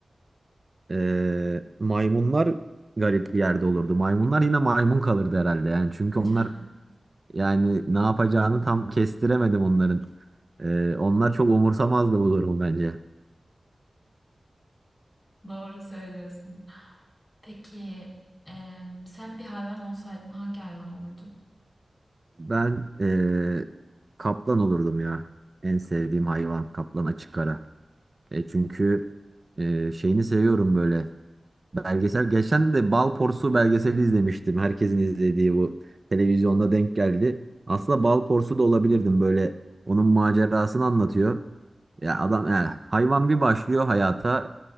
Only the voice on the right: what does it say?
Ee, maymunlar garip bir yerde olurdu. Maymunlar yine maymun kalırdı herhalde yani çünkü
onlar yani ne yapacağını tam kestiremedim onların. Ee, onlar çok umursamazdı bu durumu bence.
Ben eee, kaplan olurdum ya. En sevdiğim hayvan kaplan açık ara. E, çünkü eee, şeyini seviyorum böyle. Belgesel geçen de Balporsu belgeseli izlemiştim. Herkesin izlediği bu televizyonda denk geldi. Aslında Balporsu da olabilirdim böyle. Onun macerasını anlatıyor. Ya adam yani hayvan bir başlıyor hayata